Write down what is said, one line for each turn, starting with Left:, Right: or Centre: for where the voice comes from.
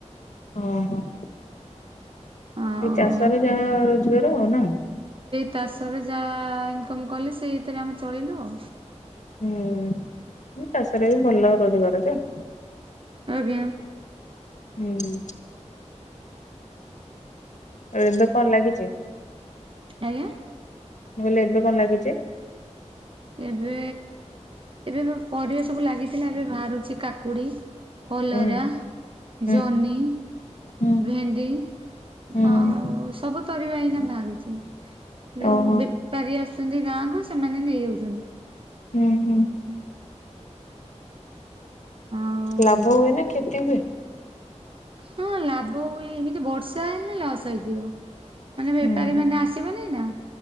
Left: ହଁ ହଁ।
Right: ଆଉ
Left: ଏଇ ଚାଷରେ ଯାହା ରୋଜଗାର ନା।
Right: ଚାଷରେ ଯାହା ଇନକମ କଲେ ସେଇଥିରେ ଆମେ ଚଳିଲୁ ଆଉ।
Left: ହୁଁ ଚାଷରେ ବି ଭଲ ରୋଜଗାର ଯେ।
Right: ଆଜ୍ଞା।
Left: ହୁଁ। ଆଉ ଏବେ କଣ ଲାଗିଛି?
Right: ଆଜ୍ଞା
Left: ମୁ କହିଲି ଏବେ କଣ ଲାଗିଛି?
Right: ଏବେ, ଏବେ ପରିବା ସବୁ ଲାଗିଥିଲା ଏବେ ବାହାରୁଛି କାକୁଡି। କଲରା
Left: ହୁଁ ହୁଁ
Right: ଜନି।
Left: ହୁଁ
Right: ଭେଣ୍ଡି
Left: ହୁଁ।
Right: ଆଉ। ସବୁ ପରିବା ଏଇନା ବାହାରୁଛି। ଯୋଉ
Left: ଓହୋ
Right: ବେପାରୀ ଆସୁଛନ୍ତି ଗାଁକୁ ସେମାନେ ନେଇଯାଉ ଜି
Left: ହୁଁ ହୁଁ।
Right: ଆଉ
Left: ଲାଭ ହୁଏ ନା କ୍ଷତି ହୁଏ?
Right: ହଁ ଲାଭ ହୁଏ। ଏମିତି ବର୍ଷା ହେଲେ ଲସ୍ ହେଇଯିବ। ମାନେ ବେପାରୀ
Left: ହୁଁ
Right: ମାନେ ଆସିବେନି ନା।